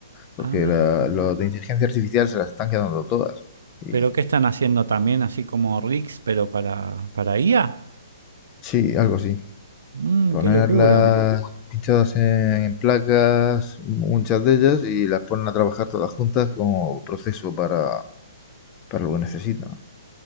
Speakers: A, on the left (about 20°); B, on the right (about 75°).
A: Porque
B: Ah,
A: la- los de inteligencia artificial se las están quedando todas. Y
B: ¿Pero qué están haciendo también, así como Rix, pero para, para IA?
A: sí, algo así.
B: Mm,
A: Ponerlas
B: qué locura,
A: pinchadas en, en placas, muchas de ellas, y las ponen a trabajar todas juntas como proceso para, para lo que necesitan.